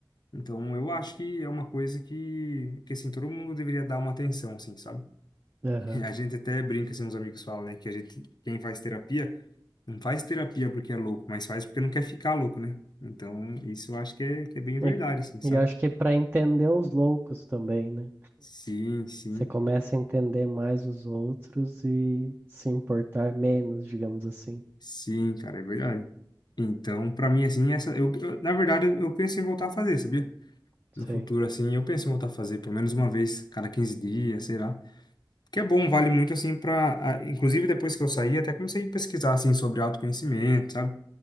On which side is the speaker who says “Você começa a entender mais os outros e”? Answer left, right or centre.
Right